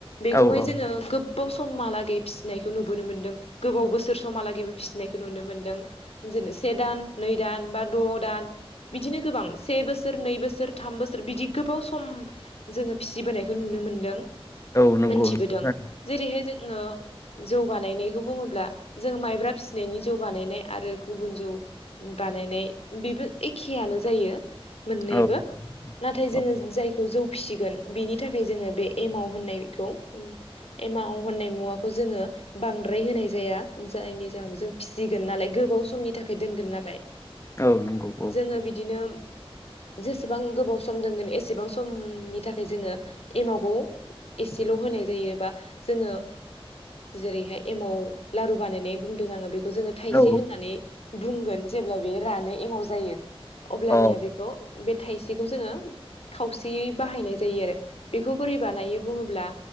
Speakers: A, on the left; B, on the left.
A: बेखौहाय
B: औ औ
A: जोङो गोबाव समहालागै फिसिनायखौ नुबोनो मोन्दों गोबाव बोसोर समहालागैबो फिसिनायखौ नुनो मोन्दों। जोनो से दान नै दान बा द दान बिदिनो गोबां से बोसोर नै बोसोर थाम बोसोर बिदि गोबाव सम जोङो फिसिबोनायखौ नुनो मोनदों
B: औ नंगौ
A: मोनथिबोदों
B: औ
A: जेरैहाय जोङो जौ बानायनायखौ बुङोब्ला जों माइब्रा फिसिनायनि जौ बानायनाय आरो गुबुन जौ बानायनाय बेबो एखेआनो जायो। मोननैबो
B: औ
A: नाथाय
B: औ
A: जोङो जायखौ जौ फिसिगोन बेनि थाखाय जोङो बे एमाव होननायखौ एमाव होननाय मुवाखौ जोङो बांद्राय होनाय जाया जायनि जाहोनाव जों फिसिगोन नालाय गोबाव समनि थाखाय खाय दोनगोन नालाय
B: औ नंगौ औ
A: जोङो बिदिनो जेसेबां गोबाव सम दोनगोन एसेबां समनि थाखाय जोङो एमावखौ एसेल होनाय जायोबा जोङो जेरैहाय एमाव लारु बानायनाय बुंदों आङो बेखौ जोङो थाइसे
B: औ
A: होननानै बुंगोन जेब्ला बे रानो एमाव जायो अब्लानिया
B: अ औ
A: बेखौ बे थाइसेखौ जोङो खावसेयै बाहायनाय जायो आरो बेखौ बोरै बानायो बुङोब्ला